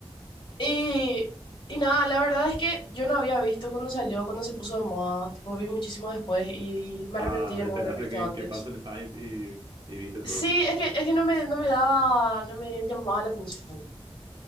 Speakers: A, on the left; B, on the right.
A: Y, y nada, la verdad es que yo no había visto cuando salió, cuando se puso de moda, tipo vi muchísimo después y me
B: Ah,
A: arrepentí de
B: esperaste
A: no haber visto
B: que,
A: antes.
B: que pase el hype y, y viste todo.
A: Sí, es que, es que no me, no me daba, no me llamaba la atención.